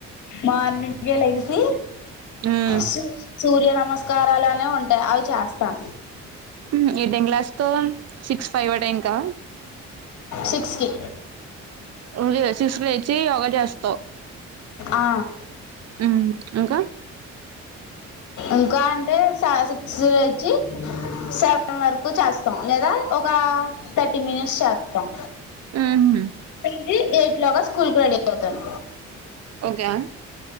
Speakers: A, on the left (about 75°); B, on the right (about 55°).
A: మార్నింగే లెగిసీ
B: ఉమ్.
A: సూ సూర్య నమస్కారాలనే ఉంటయి అవి చేస్తా.
B: మ్మ్ ఏ టైమ్కి లేస్తవ్ సిక్స్ ఫైవ్ ఆ టైమ్కా.
A: సిక్స్కి.
B: <unintelligible> సిక్స్ లేచి యోగా చేస్
A: ఆ
B: <unintelligible> మ్మ్ ఇంకా. <inaudible>
A: ఇంకా అంటే స సిక్స్కి లేచి సెవెన్ వరకు చేస్తాం లేదా ఒక <unintelligible> థర్టీ మినిట్స్ శాత్తం.
B: ఊ హూ
A: <unintelligible> ఎయిట్ లోగా స్కూల్కు రెడీ అయిపోతాను.
B: ఓకే